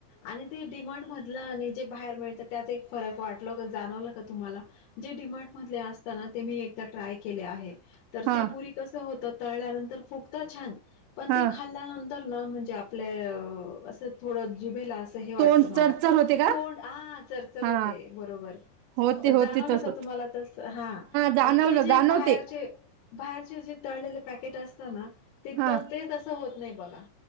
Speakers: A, on the left; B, on the right.
A: आणि ते डी मार्ट मधल आणि जे बाहेर मिळतं त्यात एक फरक वाटल जाणवलं तुम्हाला जे डिमार्ट असताना ते मी एकदा ट्राय केले आहे तर
B: हा
A: ते पुरी कस होत तळल्यानंतर फुकता छान पण
B: हा
A: ते खाल्ल्यानंतर न म्हणज आपल्या असं थोड जिभेल अस अस वाटत
B: तोंड
A: मला
B: चरचर होते का
A: तोड ह चरचर
B: हा
A: होते बरोबर
B: होते होते
A: जाणवलं
B: तस
A: का तुम्हाला तस हा
B: जाणवलं
A: आणि ते जे
B: जाणवते
A: बाहेरचे बाहेरचे जे तळलेले पॅकेट असतात ना ते
B: हा
A: ते तसं होत नाही बघा